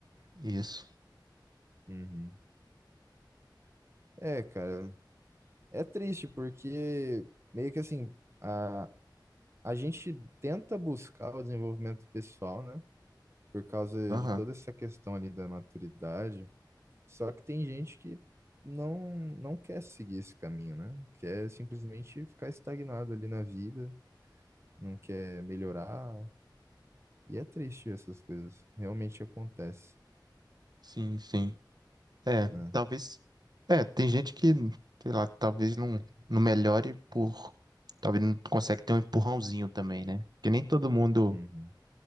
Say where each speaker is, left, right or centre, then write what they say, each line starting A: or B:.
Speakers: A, on the right; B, on the right.
A: e, isso.
B: Uhum. É, cara, é triste porque meio que assim, a, a gente tenta buscar o desenvolvimento pessoal, né? Por causa
A: Aham,
B: de toda essa questão ali da maturidade, Só que tem gente que não, não quer seguir esse caminho, né? Quer simplesmente ficar estagnado ali na vida, não quer melhorar. E é triste essas coisas. Realmente acontece.
A: sim, sim. É,
B: né?
A: talvez. É, tem gente que, sei lá, talvez não, não melhore por. Talvez não consegue ter um empurrãozinho também, né? Porque nem todo mundo
B: Uhum,